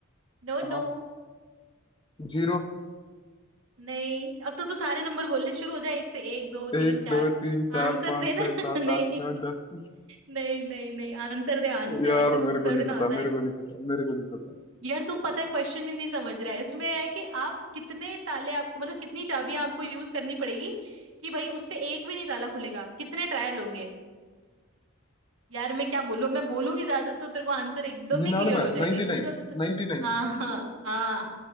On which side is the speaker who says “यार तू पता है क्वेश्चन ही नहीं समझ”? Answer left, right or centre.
Right